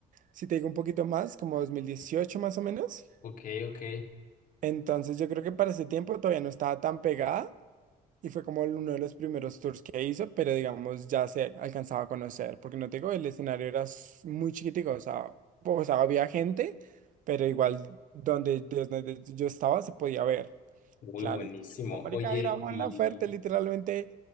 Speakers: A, on the right; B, on the left.
A: si te digo un poquito más, como 2018 más o menos.
B: ok, ok.
A: Entonces yo creo que para ese tiempo todavía no estaba tan pegada y fue como uno de los primeros tours que hizo, pero digamos ya se alcanzaba a conocer, porque no te digo, el escenario era s- muy chiquitico, o sea, o sea, había gente, pero igual donde, desde donde yo estaba se podía ver.
B: Muy
A: Claro,
B: buenísimo.
A: como marica,
B: Oye,
A: era la
B: y
A: oferta, literalmente